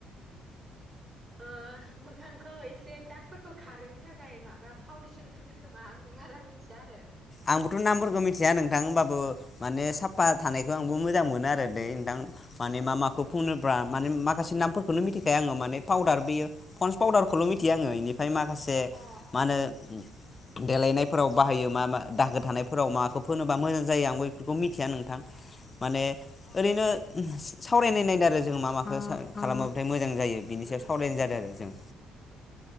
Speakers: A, on the right; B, on the left.
A: ओ मोखांखौ एसे दागफोरखौ खारहोनो थाखाय माबा फाउडेसन फुनो खोमा आंबो बारा मिथिया आरो
B: आंबोथ नामफोरखौ मिथिया नोंथां होनबाबो माने साफा थानायखौ आंबो मोजां मोनो आरो दे नोंथां माने मा माखौ फुनोबा माने माखासे नामफोरखौनो मिथिखाया आङो माने पाउदार बेयो पन्स पाउदारखौल मिथियो आङो इनि फ्राय माखासे
A: अ
B: मा होनो देलायनायफोराव बाहायो मा मा दाखो थानायफोराव माखो फोनोबा मोजां जायो आंबो बेखौ मिथिया नोंथां माने ओरैनो सावरायनाय नायदों आरो जों मा माखो खालामोबाथाय मोजां जायो
A: ओं
B: बिनि सायाव सावरायनाय जादों आरो जों